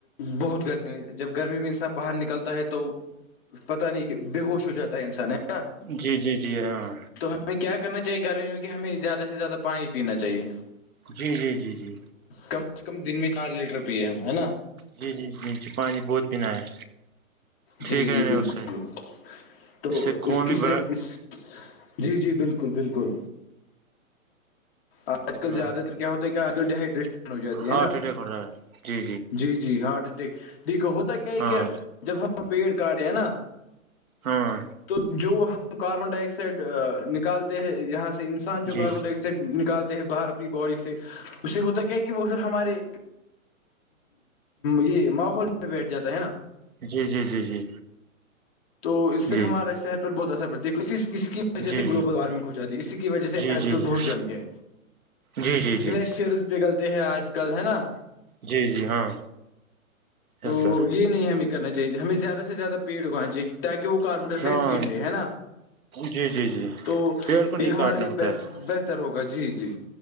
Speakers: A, on the left; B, on the right.
A: بہت گرمی جب گرمی میں انسان باہر نکلتا ہے تو پتہ نہیں کہ بے ہووش ہو جاتا ہے انسان ہے نا
B: جی جی جی ہاںاں
A: تو ہمیں کیا کرنا چاہیے گرمی میں کہ ہمیں زیادہ سے زیادہ پانی پینا چاہیے
B: جی جی جی جی
A: کم سےز کم دن میں چار لیٹر پیے ہم ہے نا
B: جی جی جی جی پانی بہت پینا ہے ٹھیک
A: جی
B: ہے
A: جی
B: نہیں
A: بالکل
B: اس سے
A: تو
B: سے خون
A: اس ک
B: بھی
A: سے
B: بڑھ
A: اس جی جی بالکل بالکل آپ آج کل
B: ہاں
A: زیادہ تر کیا ہوتا ہے کہ آج کل ڈییہائیڈریشن ہو جاتی ہے
B: ہارٹ
A: نا
B: اٹیک ہو رہا ہے جی
A: جی جی ہارٹ اٹیک دیکھو ہوتا کیا ہے
B: ہاں
A: کیا پیڈ ک کاڈ ہے نا
B: ہاں
A: تو جو ہم کاربن ڈائی آکسائڈ نکالتے ہیں یہاں سے انسان جو
B: جی
A: کاربن ڈائی آ سے نکالتے ہیں باہر اپنی باڈی سے اس سے ہوتا کیا کہ وہ پھر ہمارے یہ ماحول میں بیٹھ جاتا ہے نا
B: جی جی جی جی
A: تو اس
B: جی
A: سے ہمارا شہر پر بہت اثر پڑتا ہے اس اس کی اس وجہ
B: جی
A: سے گلوبل وارمنگ ہو جاتی ہے اسی کی وجہ سے
B: جی
A: آج کل
B: جی جی
A: بہت گرمی ہے
B: جی جی جی
A: شرز پگھلتے ہیں آج کل ہے نا
B: جی جی ہاں یس
A: تو
B: سر
A: یہ نہیں ہمیں کرنا چاہیے ہمیں زیادہ سے زیادہیٹگانی چاہیے تاکہ وہ کاربن ڈائی آکسائڈ
B: ہاں
A: پیڑ لے ہے نا
B: جی جی جی
A: تو
B: پیڑ کو
A: یہ
B: نہیں
A: ہمارے
B: کاٹنا
A: لیے
B: ہوتا ہے
A: بیسٹ ہوگا جی جی